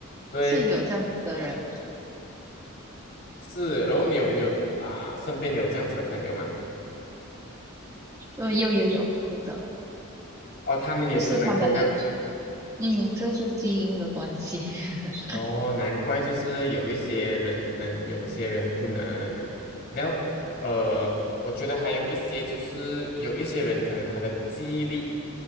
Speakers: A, on the left; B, on the right.
A: 对，
B: 是有这样子的人，
A: 是。然后你有你有啊、身边有这样子的朋友吗？
B: 呃，有有有，有的，
A: 哦，他们也是能够这样子。
B: 这是他们的，嗯，这是基因的关系。<laughs>
A: 哦，难怪就是有一些人能，有一些人不能。然后呃，我觉得还有一些就是有一些人可能他的记忆力